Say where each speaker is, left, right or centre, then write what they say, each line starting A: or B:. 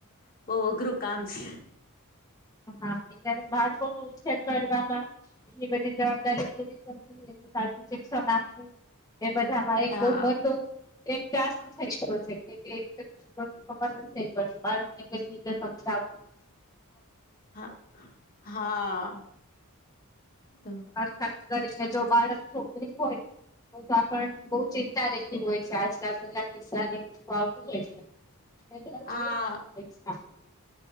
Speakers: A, on the left (about 40°); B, on the left (about 15°).
A: બહ અઘરું કામ છે.
B: હા અત્યારે બાળકો ન ઉછેર કરવામાં એની બધી જવાબદારી પૂરી કરવી. શિક્ષણ આપ એ બધામાં એક
A: હા
B: બહ મોટું એક ટાસ્ક એ રીતે પપ્પાને જ થઈ પડશે બાળકને કઈ રીતે સમજાવું
A: હા હા તો.
B: ખાસ કરીને જો બાળક છોકરી હોય. તો પણ બો ચિંતા રહેતી હોય છે આજકાલ બધા કિસ્સા ને તો આવતું હોય છે. <unintelligible>
A: હા